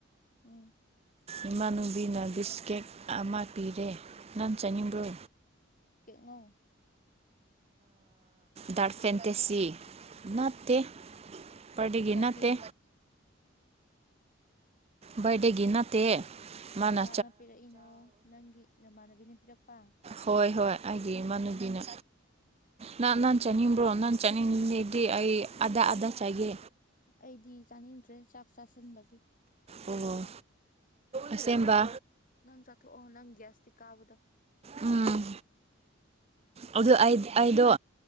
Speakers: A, on the left (about 45°); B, on the right (about 30°).
A: ꯎꯝ
B: ꯏꯃꯥꯟꯅꯨꯕꯤꯅ ꯕꯤꯁꯀꯦꯠ ꯑꯃ ꯄꯤꯔꯦ ꯅꯪ ꯆꯥꯅꯤꯡꯕ꯭ꯔꯣ
A: ꯉꯣ
B: ꯗꯔ ꯐꯦꯟꯇ ꯁꯤ ꯅꯇ ꯄꯔꯒ
A: ꯕꯥꯔꯗꯦꯒꯤ
B: ꯅꯠꯇꯦ ꯋꯦꯔꯗꯒꯤ ꯅꯠꯇꯦ꯫ ꯃꯥꯅ
A: ꯀꯅꯥꯅ ꯄꯤꯔꯛꯏꯅꯣ ꯅꯪꯒꯤ ꯅꯃꯥꯟꯅꯕꯤꯅ ꯄꯤꯔꯛꯄꯥ꯫
B: ꯍꯣꯏ ꯍꯣꯏ ꯑꯩꯒꯤ ꯏꯃꯥꯟꯅꯨꯕꯤꯅ ꯅꯍ ꯅꯍꯥꯟ ꯆꯥꯅꯤꯡꯕ꯭ꯔꯣ ꯅꯍꯥꯟ ꯗꯤ ꯑꯩ ꯑꯗꯥ ꯑꯗꯥꯥ ꯆꯥꯏꯒꯦ
A: ꯑꯩꯗꯤ ꯆꯥꯅꯤꯡꯗ꯭ꯔꯦ ꯆꯥꯛ ꯆꯥꯁꯤꯟꯕꯒꯤ
B: ꯑꯣꯣ ꯑꯁꯦꯡꯕ
A: ꯅꯪ ꯆꯥꯊꯣꯛꯑꯣ ꯅꯪ ꯒ꯭ꯌꯥꯁꯇꯤ ꯀꯥꯕꯗꯣ
B: ꯎꯝ ꯑꯗꯨ ꯑꯗꯣ